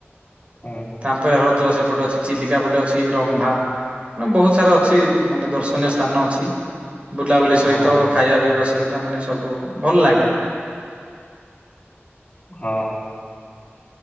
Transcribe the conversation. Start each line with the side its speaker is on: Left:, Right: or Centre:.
Left: ହୁଁ।
Right: <unintelligible> ହ୍ରଦ ସେପଟେ ଅଛି ଚିଲିକା ପଟେ ଅଛି ରମ୍ଭା ମାନେ ବୋହୁତ୍ ସାରା ଅଛି ମାନେ ଦର୍ଶନୀୟ ସ୍ଥାନ ଅଛି ବୁଲାବୁଲି ସହିତ
Left: ହଁ ହଁ
Right: ଖାଇବା ପିଇବା ସହିତ ମାନେ ସବୁ ଭଲ ଲାଗେ।
Left: ହଁ।